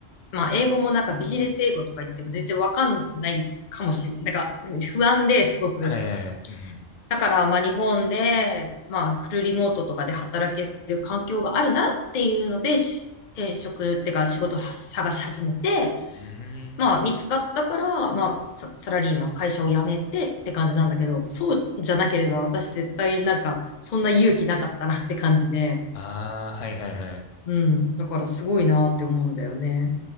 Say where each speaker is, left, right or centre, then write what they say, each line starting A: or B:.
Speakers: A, on the left (about 55°); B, on the left (about 70°).
A: まあ英語もなんかビジネス英語とか言っても全然わかんないかもしれないなんか不安ですごく。
B: はいはいはい。うん。
A: だからまあ日本で、まあフルリモートとかで働ける環境があるならっていうので、し転職っていうか仕事を探し始めて、
B: うーん。
A: まあ、見つかったから、まあ、ササラリーマン、会社を辞めてって感じなんだけど、そうじゃなければ私絶対なんか、そんな勇気なかったなって感じで、
B: ああ、はいはいはい。
A: うん。だからすごいなって思うんだよね。